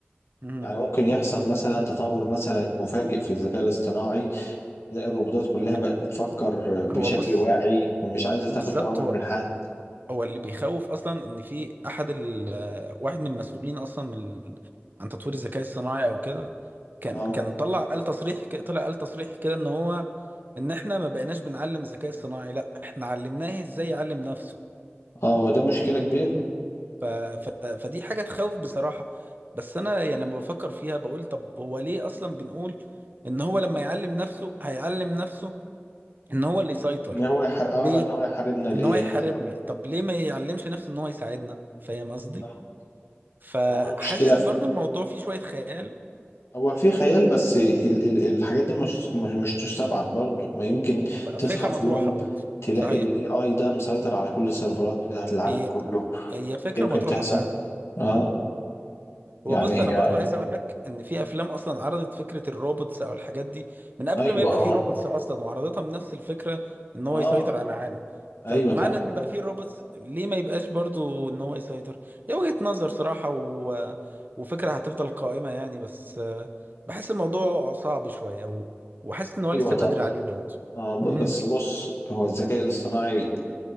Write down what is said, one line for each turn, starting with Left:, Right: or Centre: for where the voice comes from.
Right: مهم.
Left: يعني ممكن يحصل مثلا تطور مثلا مفاجئ في الذكاء الاصطناعي تلاقي الروبوتات كلها
Right: تمام
Left: بقت بتفكر بشكل
Right: هو بص
Left: واعي ومش عايزة تاخد
Right: بالظبط
Left: أوامر
Right: هو
Left: من حد
Right: هو اللي بيخوف اصلا ان في احد ال آه، واحد من المسؤولين اصلا من ال- عن تطوير الذكاء الصناعي او كده كان
Left: اه
Right: كان طلع قال تصريح ك- طلع قال تصريح كده ان هو ان احنا ما بقيناش بنعلم ذكاء صناعي لا احنا علمناه ازاي يعلم نفسه
Left: اه وده مشكلة كبيرة
Right: ف... ف... فدي حاجة تخوف بصراحة بس انا يعني لما بفكر فيها بقول طب هو ليه اصلا بنقول ان هو لما يعلم نفسه هيعلم نفسه ان هو اللي يسيطر
Left: ان هو يحر... اه
Right: ليه
Left: ان هو يحاربنا ليه
Right: ان هو يحاربنا
Left: اه
Right: طب ليه ما يعلمش نفسه ان هو يساعدنا فاهم قصدي
Left: آه.
Right: فحاسس
Left: هو المشكلة في...
Right: برضو الموضوع فيه شوية خيال
Left: هو في خيال بس ال... ال... الحاجات دي مش مش مش تستبعد برضو ما يمكن تصحى
Right: فكرة
Left: في
Right: مطروحة
Left: يوم
Right: برضو
Left: تلاقي
Right: صحيح
Left: الاي اي ده مسيطر على كل السيرفرات بتاعت العالم
Right: هي
Left: كله
Right: هي فكرة
Left: يمكن
Right: مطروحة
Left: تحصل
Right: فعلا
Left: اه
Right: إمم.
Left: يعني
Right: هو بص
Left: هي
Right: انا برضو عايز اقول لك ان في افلام اصلا عرضت فكره الروبوتس او الحاجات دي من قبل
Left: ايوه
Right: ما يبقى
Left: اه
Right: في روبوتس اصلا وعرضتها بنفس الفكره ان هو
Left: اه
Right: يسيطر على العالم فبمعنى
Left: ايوه طبعا
Right: ان بقى في روبوتس ليه ما يبقاش برضو ان هو يسيطر هي وجهه نظر صراحه و... وفكره هتفضل قائمه يعني بس آه، بحس الموضوع صعب شويه و... وحاسس ان هو
Left: ايوه
Right: لسه
Left: طبعا
Right: بدري عليه برضو
Left: آه ب-
Right: امم
Left: بس بص هو الذكاء الاصطناعي